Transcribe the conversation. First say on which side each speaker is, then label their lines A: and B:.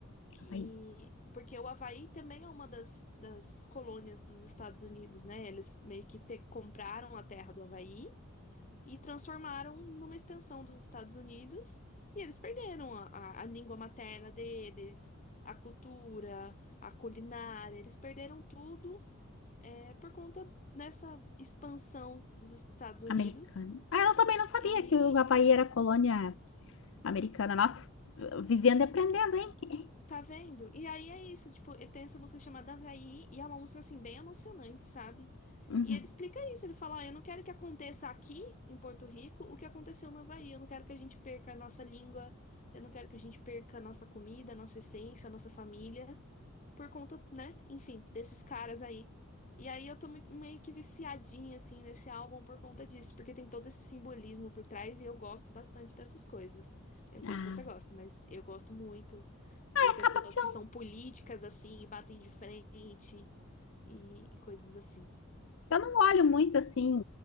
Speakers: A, on the left (about 35°); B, on the left (about 60°).
A: que
B: Havaí,
A: porque o Havaí também é uma das, das colônias dos Estados Unidos, né? Eles meio que pe- compraram a terra do Havaí. e transformaram numa extensão dos Estados Unidos, e eles perderam a, a, a língua materna deles, a cultura, a culinária, eles perderam tudo é, por conta dessa expansão dos Estados Unidos.
B: americana. Ah, eu também não sabia
A: E
B: que o Havaí era colônia americana. Nossa, vivendo e aprendendo, hein?
A: Tá
B: É.
A: vendo? E aí é isso, tipo, ele tem essa música chamada Havaí, e é uma música, assim, bem emocionante, sabe?
B: Uhum.
A: E ele explica isso, ele fala, ó, eu não quero que aconteça aqui, em Porto Rico, o que aconteceu no Havaí, eu não quero que a gente perca a nossa língua, eu não quero que a gente perca a nossa comida, a nossa essência, a nossa família, por conta, né? Enfim, desses caras aí. E aí eu tô muito- meio que viciadinha, assim, nesse álbum por conta disso, porque tem todo esse simbolismo por trás e eu gosto bastante dessas coisas. Eu não
B: Ah,
A: sei se você gosta, mas eu gosto muito de
B: é, acaba
A: pessoas
B: que
A: que
B: eu,
A: são políticas, assim, e batem de frente e, e coisas assim.
B: eu não olho muito assim,